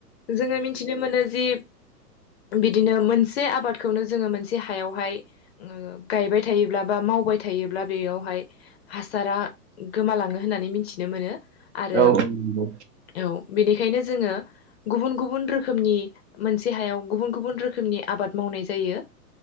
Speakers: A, on the left; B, on the right.
A: जोङो मिथिनो मोनो जि बिदिनो मोन से आबादखौनो जोङो मोनसे हायावहाय गायबाय थायोब्ला बा मावबाय थायोब्ला बेयावहाय हासारा गोमालाङो होननानै मिथिनो मोनो। आरो
B: औ औ इदिनो
A: औ बेनिखायनो जोङो गुबुन गुबुन रोखोमनि मोनसे हायाव गुबुन गुबुन रोखोमनि आबाद मावनाय जायो